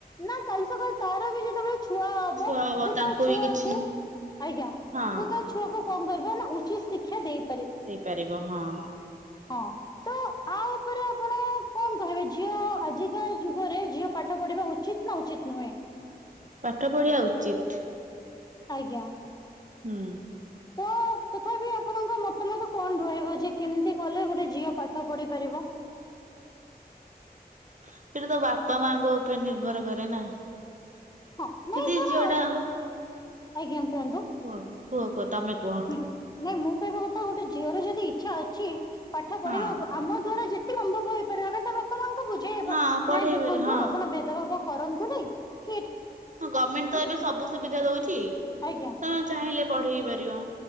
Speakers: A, on the left; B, on the right.
A: ନା କାଲି ସକାଳେ ତାର ବି ଯ <unintelligible> ଛୁଆ ହବ
B: ଛୁଆ
A: ସେ
B: ତାଙ୍କୁ
A: ତା ଛୁଆକୁ
B: ବି କିଛି
A: ଆଜ୍ଞା
B: ହଁ
A: ସେ ତା ଛୁଆକୁ- କଣ କରିବା ନା ଉଚିତ ଶିକ୍ଷା ଦେଇ-
B: ଦେଇପାରିବ ହଁ।
A: ହଁ ତ ଆଉ ଉପରେ ଆପଣ କଣ କହିବେ ଝିଅ ଆଜିକା ଯୁଗରେ ଝିଅ ପାଠ ପଢିବା ଉଚିତ ନା ଉଚିତ ନୁହେଁ?
B: ପାଠ ପଢିବା ଉଚିତ୍।
A: ଆଜ୍ଞା।
B: ହୁଁ।
A: ତ ତଥାପି ଆପଣଙ୍କ ମତାମତ କଣ ରହିବ ଯେ କେମିତି କଲେ ଗୋଟେ ଝିଅ ପାଠ ପଢିପାରିବ?
B: ସେଇଟା ତ ବାପା ମାଙ୍କ ଉପରେ ନିର୍ଭର କରେ ନା।
A: ହଁ ନାଇଁ
B: ଯଦି
A: ଧର
B: ଝିଅଟା
A: ଆଜ୍ଞା କୁହନ୍ତୁ।
B: କୁହ କୁହ କୁହ- ତମେ କୁହ
A: ହୁଁ ନାଇଁ ମୁଁ କହିବା କଥା ଗୋଟେ ଝିଅ ଝିଅର ଯଦି ଇଚ୍ଛା ଅଛି। ପାଠ
B: ହଁ
A: ପଢିବା ଆମ ଦ୍ଵାରା ଯେତେ ସମ୍ଭବ ହୋଇଇପାରେ ଆମେ ତା ବାପାମାଆଙ୍କୁ ବୁଝେଇବା
B: ହଁ ପଢେଇ
A: ନାଇଁ ଦେଖନ୍ତୁ
B: ପାରିବ ହଁ।
A: ଆପଣ ଭେଦଭାବକୁ କରନ୍ତୁ ନାଇଁ କ
B: ହଁ ଗଭର୍ଣ୍ଣମେଣ୍ଟ ତ ଏବେ ସବୁ ସୁବିଧା ଦଉଛି
A: ଆଜ୍ଞା।
B: ତ ଚାହିଁଲେ- ପଢେଇ ପାରିବ ଆ-